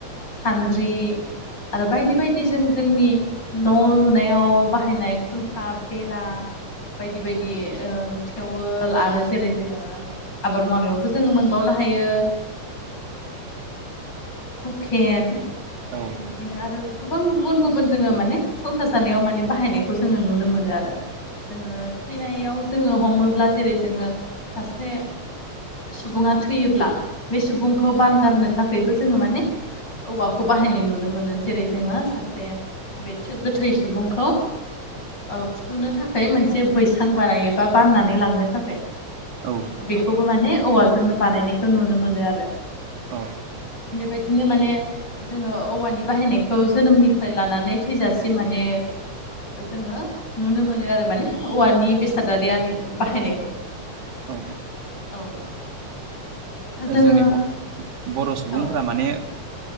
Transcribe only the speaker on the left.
सानद्रि आरो बायदि बायदि जों जोंनि न' लु नुनायाव बाहायनाय खुन्था बेरा बायदि बायदि ओ थेवोल आरो जेरै जोङो आबाद मावनायावबो जों मोनबावनो हायो हुखेन बिदिनो
आरो गोबां गुबुन गुबुन जोङो माने संसार जानायाव माने बाहायनायखौ जोङो नुनो मोनो आरो जोङो थैनायाव जोङो हमोब्ला जेरै जोङो सासे सुबुङा थैयोब्ला बे सुबुंखौ बान गारनो थाखा यबो जोङो माने औवाखौ बाहायनाय नुनो मोनो जेरै जोङो सासे गोथै सुबुंखौ अ फुथुनो थाख खाय मोनसे बैसां बानायबा बाननानै लांनो थाखाय
बेखौबो माने औवाजोंनो बानायनायखौ नुनो मोनो आरो
बेबायदिनो माने जोङो औवानि बाहायनायखौ जोनोमनिफ्राय लानानै थैजासिम माने जोङो नुनो मोनो आरो माने औवानि बेसादारि आरि बाहायनायखौ
औ जोङो
औ